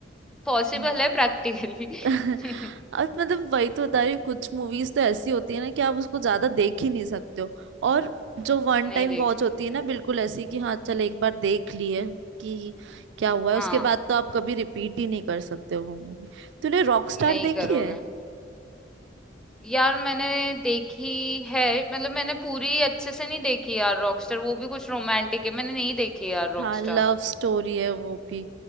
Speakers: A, in the centre; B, on the right (about 70°).
A: पॉसिबल
B: हाँ
A: है प्रैक्टिकली
B: <laughs>
A: <laughs>
B: अब मतलब वही तो बता रही हूँ कुछ मूवीज तो ऐसी होती है ना कि आप उसको ज्यादा देख ही नहीं सकते हो और जो वन
A: नहीं
B: टाइम
A: देख
B: वॉच
A: सकते
B: होती है ना बिल्कुल ऐसी कि हाँ चल एक बार देख लिए कि क्या हुआ
A: हाँ
B: है उसके बाद तो आप कभी रिपीट ही नहीं कर सकते हो वो मूवी तूने रॉकस्टार
A: नहीं
B: देखी
A: करोगे
B: है
A: यार मैंने देखी है मतलब मैंने पूरी अच्छे से नहीं देखी यार रॉकस्टार वो भी कुछ रोमांटिक है मैंने नहीं देखी यार
B: हाँ
A: रॉकस्टार
B: लव स्टोरी है वो भी